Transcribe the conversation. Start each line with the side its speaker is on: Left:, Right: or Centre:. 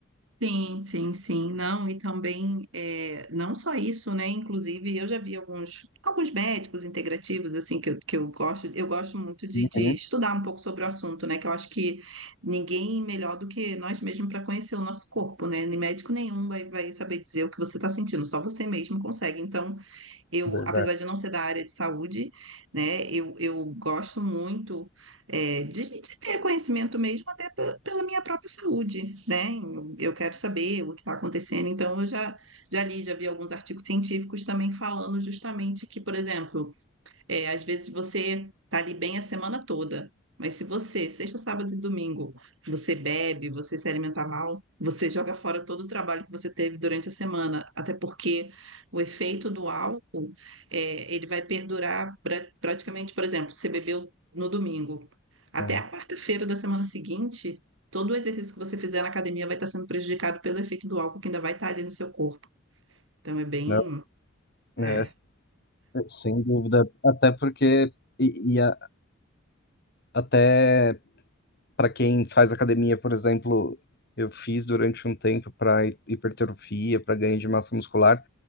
Right: Sim, sim, sim, não, e também, é, não só isso, né, inclusive eu já vi alguns, alguns médicos integrativos, assim, que eu, que eu gosto, eu gosto muito de,
Left: Uhum,
Right: de estudar um pouco sobre o assunto, né, que eu acho que ninguém melhor do que nós mesmos para conhecer o nosso corpo, né, nem médico nenhum vai, vai saber dizer o que você está sentindo, só você mesmo consegue, então eu,
Left: verdade.
Right: apesar de não ser da área de saúde, né, eu, eu gosto muito é, de, de ter conhecimento mesmo até pe- pela minha própria saúde, né? Eu, eu quero saber o que está acontecendo, então eu já, já li, já vi alguns artigos científicos também falando justamente que, por exemplo, é, às vezes você tá ali bem a semana toda, mas se você, sexta, sábado e domingo, você bebe, você se alimenta mal, você joga fora todo o trabalho que você teve durante a semana, até porque o efeito do álcool, é, ele vai perdurar pra- praticamente, por exemplo, você bebeu no domingo, até
Left: Hum.
Right: a quarta-feira da semana seguinte, todo o exercício que você fizer na academia vai estar sendo prejudicado pelo efeito do álcool que ainda vai estar ali no seu corpo. Então é bem,
Left: Nossa, é,
Right: é,
Left: sem dúvida. Até porque, e, e a- até. para quem faz academia, por exemplo, eu fiz durante um tempo para hipertrofia, para ganho de massa muscular,